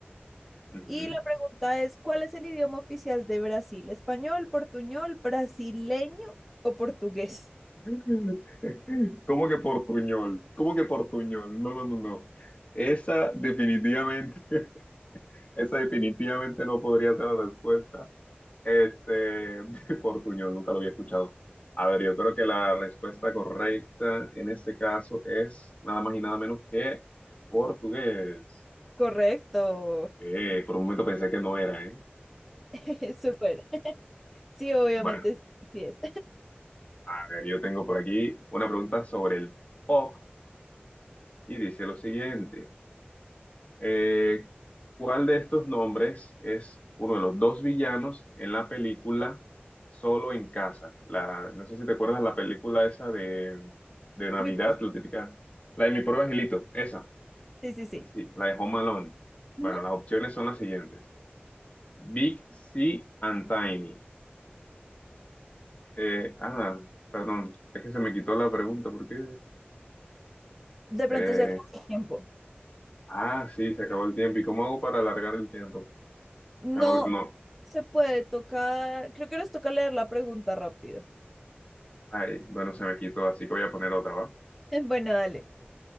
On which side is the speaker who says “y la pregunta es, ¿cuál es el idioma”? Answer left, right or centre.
Centre